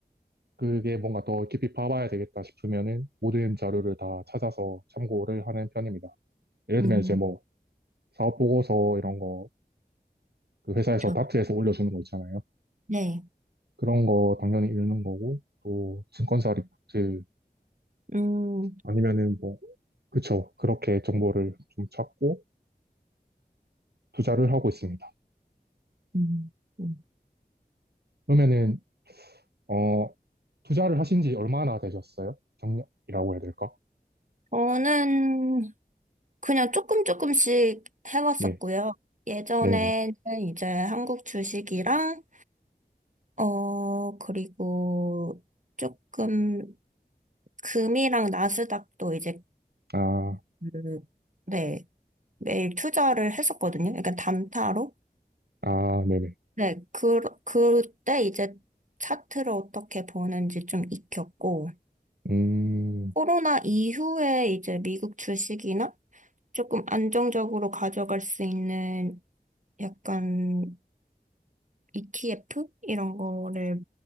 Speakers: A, on the right; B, on the right.
A: 그게 뭔가 더 깊이 파봐야 되겠다 싶으면은 모든 자료를 다 찾아서 참고를 하는 편입니다. 예를
B: 음,
A: 들면 이제 뭐 사업 보고서 이런 거, 그 회사에서
B: 그렇죠.
A: 다트에서 올려주는 거 있잖아요.
B: 네.
A: 그런 거 당연히 읽는 거고, 또 증권사 리포트
B: 음,
A: 아니면은 뭐, 그쵸. 그렇게 정보를 좀 찾고 투자를 하고 있습니다.
B: 음, 음.
A: 그러면은 어, 투자를 하신 지 얼마나 되셨어요? 경력이라고 해야 될까?
B: 저는 그냥 조금 조금씩 해왔었고요.
A: 네,
B: 예전에는
A: 네네.
B: 이제 한국 주식이랑, 어, 그리고 조금 금이랑 나스닥도 이제
A: 아,
B: 음, 네, 매일 투자를 했었거든요. 약간 단타로.
A: 아, 네네.
B: 네, 그, 그때 이제 차트를 어떻게 보는지 좀 익혔고,
A: 음,
B: 코로나 이후에 이제 미국 주식이나 조금 안정적으로 가져갈 수 있는 약간 ETF? 이런 거를